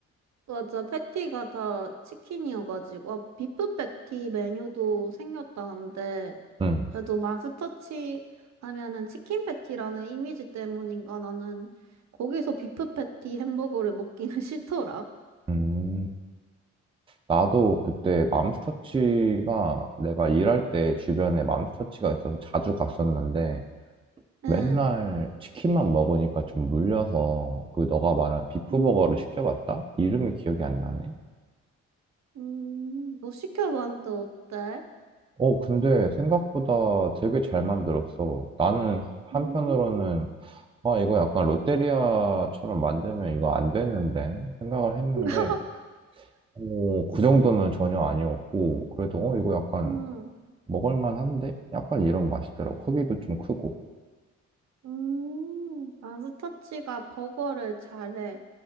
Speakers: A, on the right (about 60°); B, on the right (about 15°).
A: 맞아. 패티가 다 치킨이어가지고. 아, 비프 패티 메뉴도 생겼다는데.
B: 응,
A: 그래도 마스터치 하면은 치킨 패티라는 이미지 때문인가 나는 거기서 비프 패티 햄버거를 먹기는 <laughs> 싫더라.
B: 음. 나도 그때 맘스터치가 내가 일할 때 주변에 맘스터치가 있어서 자주 갔었는데
A: 응.
B: 맨날 치킨만 먹으니까 좀 물려서 그 너가 말한 비프버거를
A: 음,
B: 시켜봤다? 이름이 기억이 안 나네.
A: 음, 너 시켜봤는데 어때?
B: 어, 근데 생각보다 되게 잘 만들었어. 나는 한편으로는,
A: 음,
B: 아, 이거 약간 롯데리아처럼 만들면 이거 안 되는데 생각을 했는데,
A: <laughs>
B: 어, 그 정도는 전혀 아니었고, 그래도, 어, 이거 약간
A: 음,
B: 먹을만한데? 약간 이런 맛이더라고. 크기도 좀 크고.
A: 음, 마스터치가 버거를 잘해.